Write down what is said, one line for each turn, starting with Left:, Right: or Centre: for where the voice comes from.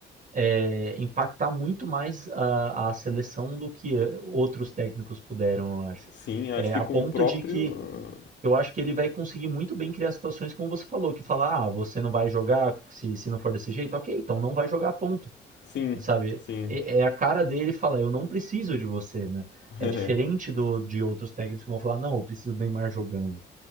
Right: é, impactar muito mais a, a seleção do que eh, outros técnicos puderam, eu acho.
Left: Sim, acho
Right: É,
Left: que
Right: a
Left: com
Right: ponto
Left: o próprio.
Right: de que eu acho que ele vai conseguir muito bem criar situações como você falou, que fala, ah, você não vai jogar se, se não for desse jeito, ok, então não vai jogar ponto,
Left: Sim,
Right: sabe?
Left: sim.
Right: É, é a cara dele falar, eu não preciso de você, né? É
Left: <laughs>
Right: diferente do, de outros técnicos que vão falar, não, eu preciso do Neymar jogando.